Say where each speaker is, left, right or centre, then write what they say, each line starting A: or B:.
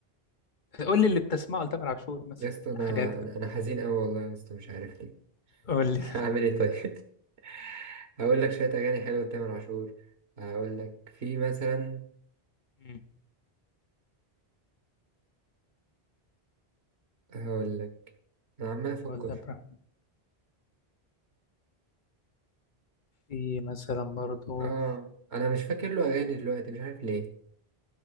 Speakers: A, on the left; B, on the right.
A: قول لي اللي بتسمعه لتامر عاشور مثلا
B: يا اسطى انا
A: حاجات كده
B: انا أنا حزين قوي والله يا اسطى مش عارف ليه
A: قول لي
B: <laughs> هعمل ايه طيب <laughs> هقول لك شويه اغاني حلوه لتامر عاشور هقول لك في مثلا
A: مم.
B: هقول لك انا عمال افكر
A: قول لي بقى في مثلا برضو
B: اه انا مش فاكر له اغاني دلوقتي مش عارف ليه